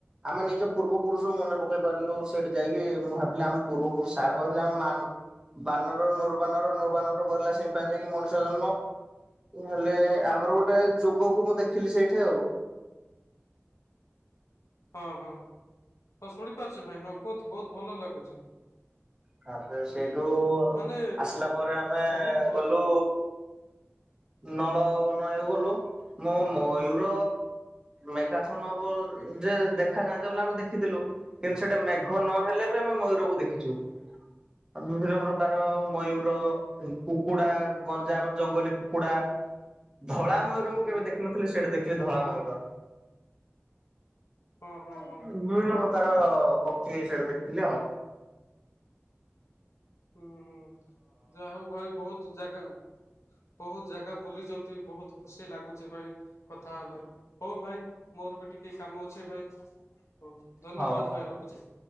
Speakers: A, on the right; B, on the left.
A: ଆମେ ନିଜ ପୂର୍ବ ପୁରୁଷଙ୍କୁ ମନେ ପକେଇ ପାରିଲୁ। ତ ହେଠି ଯାଇକି ମୁଁ ଭାବିଲି ଆମ ପୂର୍ବ ପୁରୁଷ ସାର୍ କହିଥିଲେ ଆମ ମା ବାନରରୁ ନୂବାନର ନୂବାନରୁ ଗଲା ସିମ୍ପାଞ୍ଜି ନେଇକି ମଣିଷ ଜନ୍ମ। ତୁମ୍ ହେଲେ ଆମର ଗୋଟେ ଯୋଗକୁ ମୁଁ ଦେଖିଲି ସେଇଠି ଆଉ।
B: ହଁ ହଁ ହଁ ଶୁଣିପାରୁଛି ଭାଇ ହଁ କୁହନ୍ତୁ ବହୁତ ଭଲ ଲାଗୁଛି।
A: ତାପରେ
B: ହୁଁ
A: ସେଇଠୁ
B: ମାନେ
A: ଆସିଲା ପରେ ଆମେ
B: ବହୁତ ଭଲ
A: ଗଲୁ। ନଳବନ ଏଇ ଗଲୁ। ମୋ ମୟୂର ମେଘାଚ୍ଛନ୍ନ ହବ ଯେ ଦେଖାଯାଆନ୍ତା ବୋଲି ଆମେ ଦେଖିଦେଲୁ। କିନ୍ତୁ ସେଟା ମେଘ ନ ହେଲେ ବି ଆମେ ମୟୂରକୁ ଦେଖିଚୁ। ଆଉ ବିଭିନ୍ନ ପ୍ରକାର ମୟୂର ଏଇ କୁକୁଡ଼ା ଗଞ୍ଜା ଆମର ଜଙ୍ଗଲୀ କୁକୁଡ଼ା ଧଳା ମୟୂର ମୁଁ
B: ହୁଁ
A: କେବେ ଦେଖିନଥିଲି
B: ହୁଁ
A: ସେଠା ଦେଖିଲି ଧଳା ମୟୂର।
B: ହଁ ହଁ
A: ବିଭିନ୍ନ
B: ହଁ
A: ପ୍ରକାର ପକ୍ଷୀ ସେଇଟା ଦେଖିଥିଲି ଆଉ।
B: ଉଁ ହୁଁ ଯାହା ହଉ ଭାଇ ବହୁତ ଜାଗା ବହୁତ ଜାଗା ବୁଲିଚନ୍ତି ବହୁତ ଖୁସି ଲାଗୁଛି ଭାଇ କଥା ହେଲାରୁ। ହଉ ଭାଇ ମୋର ବି ଟିକେ କାମ ଅଛି ଭାଇ ହଉ। ଧନ୍ୟବାଦ
A: ହଉ ହଉ।
B: ଭାଇ ରଖୁଛି।